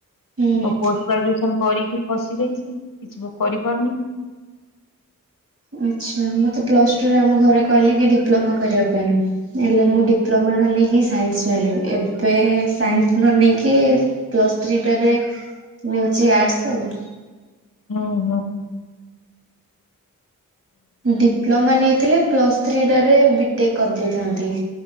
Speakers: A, on the right; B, on the left.
A: ହୁଁ
B: ମୁଁ ପୋଷ୍ଟ ଗ୍ରାଜୁଏସନ କରିକି ଫସି ରହିଛି କିଛି ମୁଁ କରିପାରୁନି।
A: ଆଚ୍ଛା ମତେ ପ୍ଲସ୍ ଟୁରେ ଆମ ଘରେ କହିଲେ କି ଡିପ୍ଲୋମା କରିବା ପାଇଁ ହେଲେ
B: ହୁଁ।
A: ମୁଁ ଡ଼ି ପ୍ରମିଳା ନେଇକି ସାଇନ୍ସି ନେଲି। ଏବେ ସାଇନ୍ସି ନ ନେଇକି ପ୍ଲସ୍ ଥ୍ରୀ ଟାରେ ନେଉଛି ଆର୍ଟସ୍ ଆଉ।
B: ଉଁ ହଁ।
A: ଡିପ୍ଲୋମା ନେଇଥିଲେ ପ୍ଲସ୍ ଥ୍ରୀ ଟାରେ ବିଟେକ୍ କଦେଇଥାନ୍ତି।